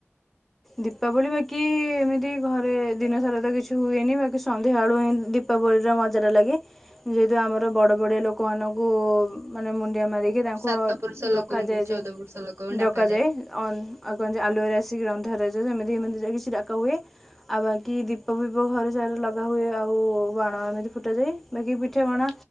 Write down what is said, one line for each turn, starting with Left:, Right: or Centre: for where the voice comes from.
Centre: ଦୀପାବଳି ବାକି ଏମିତି ଘରେ ଦିନସାରା ତ କିଛି ହୁଏନି, ବାକି ସନ୍ଧ୍ୟାବେଳୁ ହିଁ ଦୀପାବଳିର ମଜାଟା ଲାଗେ ଯେହେତୁ ଆମର ବଡ ବଡିଆ ଲୋକମାନଙ୍କୁ ମାନେ ମୁ ଣ୍ଡିଆ ମାରିକି ତାଙ୍କୁ
Right: ସାତ
Centre: ଅ
Right: ପୁରୁଷ ଲୋକଙ୍କୁ
Centre: ଡକାଯାଏ
Right: ଚଉଦ
Centre: ଯେ
Right: ପୁରୁଷ ଲୋକଙ୍କୁ
Centre: ଡକାଯାଏ
Right: ଡାକାଯାଏ।
Centre: ଅନ ଆଉ କହନ୍ତି ଯେ ଆଲୁଅରେ ଆସି ଶି ଗ୍ରନ। ରେ ସେମିତି ଏମିତି କିଛି ଡକା ହୁଏ ଆଉ ବାକି ଦୀପ ଫିପ ଘର ସାରା ଲଗା ହୁଏ ଆଉ ବାଣ ଏମିତି ଫୁଟାଯାଏ ବାକି ପିଠା ପଣା